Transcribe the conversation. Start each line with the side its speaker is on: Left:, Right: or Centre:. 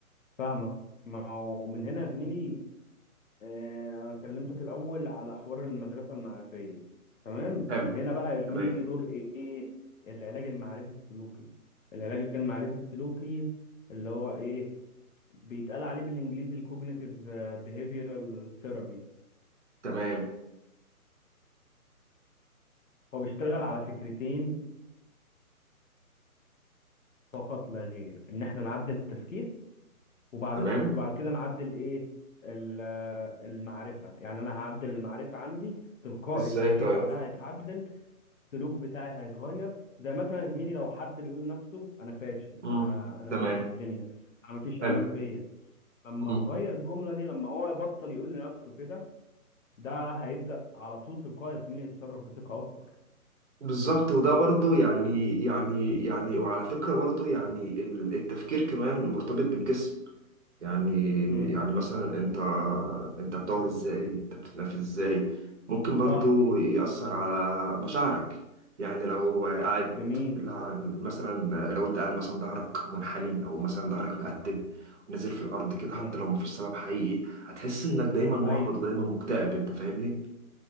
Left: فاهمك ما هو من هنا يا زميلي آه، انا كلمتك الاول على حوار المدرسه المعرفيه تمام
Right: حلو
Left: هنا بقى يا زميلي
Right: تمام
Left: يجي دور ايه العلاج المعرفي السلوكي العلاج المعرفي السلوكي اللي هو ايه بيتقال عليه بالانجليزي الكوجنيتيف بيهيفيرال ثيرابي
Right: تمام
Left: هو بيشتغل على فكرتين فقط لا غير ان احنا نعدل التفكير وبعد
Right: تمام
Left: وبعد كده نعدل ايه ال- المعرفة يعني انا هعدل المعرفة عندي تلقائي
Right: ازاي
Left: التفكير
Right: طيب
Left: بعدها هيتعدل السلوك بتاعي هيتغير زي مثلا يا زميلي لو حد بيقول لنفسه انا فاشل
Right: امم
Left: انا انا
Right: تمام
Left: ما جيتش الدنيا انا ما فيش
Right: حلو
Left: امل فيا لما
Right: مم.
Left: نغير الجملة دي لما هو يبطل يقول لنفسه كده ده هيبدأ على طول تلقائي يا زميلي يتصرف بثقة اكبر
Right: بالظبط وده برضو يعني يعني يعني وعلى فكرة برضو يعني ال- التفكير كمان مرتبط بالجسم يعني
Left: امم
Right: يعني مثلا انت انت بتقعد ازاي انت بتتنفس ازاي ممكن برضو
Left: صح
Right: يأثر على مشاعرك يعني لو قاعد
Left: جميل
Right: لا- مثلا لو انت قاعد مثلا ظهرك منحني او مثلا ظهرك مقتب ونزل في الارض كده
Left: امم
Right: حتى لو مفيش سبب حقيقي هتحس انك دايما محبط
Left: ايوه
Right: ودايما مكتئب انت فاهمني؟